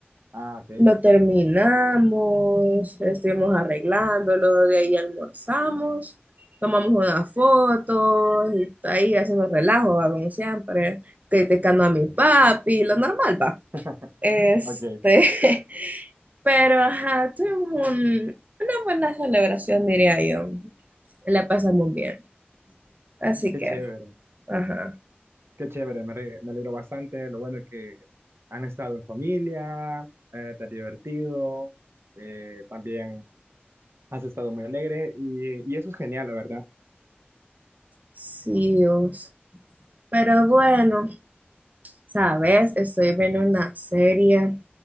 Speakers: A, on the right; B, on the right.
A: Ah, ok,
B: lo terminamos, estuvimos arreglándolo, de ahí almorzamos, tomamos unas fotos, y ahí hacemos relajo, va, como siempre, criticando a mi
A: ok.
B: papi, lo normal, va.
A: <laughs>
B: Este,
A: Ok,
B: <laughs> pero ajá, tuvimos un- una buena celebración, diría yo. La pasamos bien. Así
A: qué
B: que,
A: chévere,
B: ajá,
A: qué chévere, me, re- me alegro bastante. Lo bueno es que han estado en familia, eh, te has divertido, eh, también has estado muy alegre y, y eso es genial, la verdad.
B: sí, Dios. Pero bueno. Sabes, estoy viendo una serie